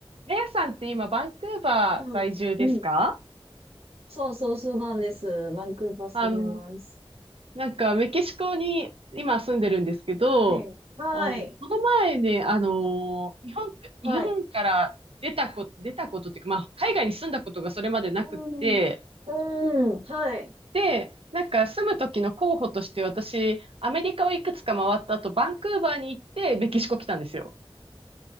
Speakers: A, on the right; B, on the right.
A: レアさんって今、バンクーバー在住ですか
B: うん。うん。そうそうそうなんです。バンクーバー住んでます。
A: あの、なんか、メキシコに今住んでるんですけど、
B: はい。はい。
A: あの、この前ね、あの日本、日本から出たこ、
B: はい。
A: 出たことっていうか、まあ、海外に住んだことがそれまでなくって、
B: うん。うん。はい。
A: で、なんか住む時の候補として私、アメリカをいくつか回った後、バンクーバーに行って、メキシコ来たんですよ。